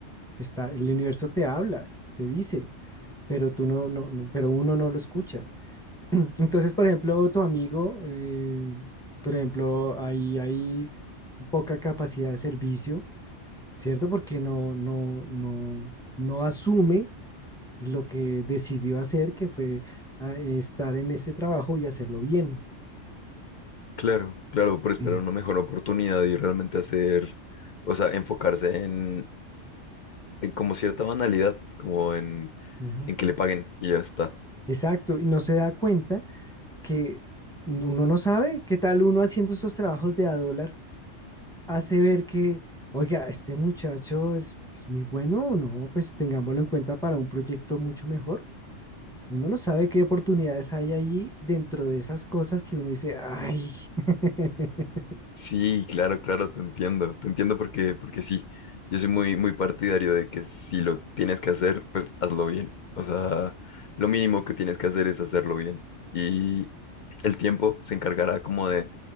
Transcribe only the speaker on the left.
Claro, claro, pero esperar
una mejor oportunidad y realmente hacer, o sea, enfocarse en, en como cierta banalidad, como en,
en que le paguen y ya está.
Sí, claro, claro, te entiendo, te entiendo porque, porque sí, yo soy muy, muy partidario de que si lo tienes que hacer, pues hazlo bien. O sea, lo mínimo que tienes que hacer es hacerlo bien y el tiempo se encargará como de